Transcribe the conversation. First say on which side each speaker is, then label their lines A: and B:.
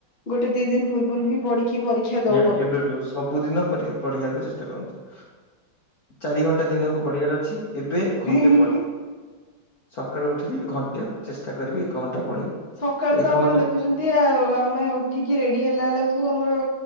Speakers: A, on the left; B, on the left.
A: ଗୋଟେ ଦି ଦିନ ପୂର୍ବରୁ ହିଁ ପଢିକି ପରୀକ୍ଷା ଦଉ।
B: ନାଇ ନାଇଁ ଏବେଠୁ ସବୁ ଦିନ ପରି ପଢିବାକୁ ଚେଷ୍ଟା କରନ୍ତୁ। ଚାରି ଘଣ୍ଟା ଦିନକୁ ପଢିବାର ଅଛି ଏବେ
A: ହେଁ
B: ଘଣ୍ଟେ
A: ହେଁ
B: ପଢ
A: ହେଁ
B: -- ସକାଳୁ ଉଠିଲି ଘଣ୍ଟେ ଚେଷ୍ଟା କରିବି ଏକ ଘଣ୍ଟା ପଢିବି।
A: ସକାଳ
B: ଏକ
A: ତ ଆପଣ
B: ଘଣ୍ଟା
A: ଦେଖୁଛନ୍ତି ଆ ଆମେ ଉଠିକି ରେଡି ହେଲା ବେଳକୁ ଆମର